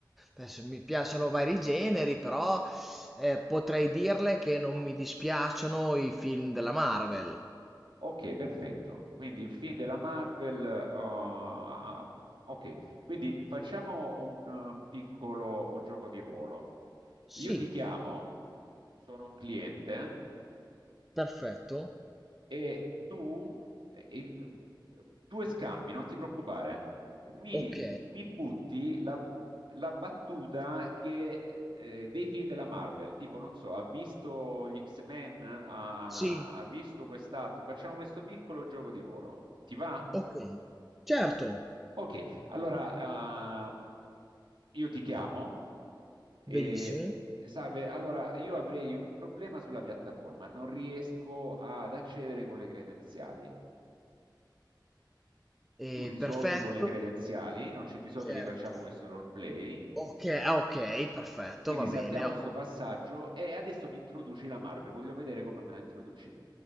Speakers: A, in the centre; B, on the right.
A: adesso mi piacciono vari generi, però eh, potrei dirle che non mi dispiacciono i film della Marvel.
B: Ok, perfetto. Quindi il film della Marvel. ah, ok, quindi facciamo un eh, piccolo gioco di ruolo.
A: Sì,
B: Io ti chiamo, sono un cliente
A: perfetto.
B: e tu eh, in eh, due scambi, non ti preoccupare, mi,
A: Ok.
B: mi butti la, la battuta che, eh, dei film della Marvel, tipo, non so, ha visto gli X-Men, ha,
A: Sì,
B: ha visto quest'altro, facciamo questo piccolo gioco di ruolo. Ti va?
A: ok. Certo,
B: Ok, allora ah, io ti chiamo e
A: benissimo.
B: salve, allora io avrei un problema sulla piattaforma, non riesco ad accedere con le credenziali.
A: Eh,
B: tu risolvi
A: perfetto,
B: con le credenziali, non c'è bisogno
A: certo.
B: che facciamo questo roleplay.
A: Ok, ah, ok, perfetto,
B: Quindi
A: va
B: saltiamo
A: bene.
B: questo
A: ho-
B: passaggio e adesso mi introduci la Marvel, voglio vedere come me la introduci.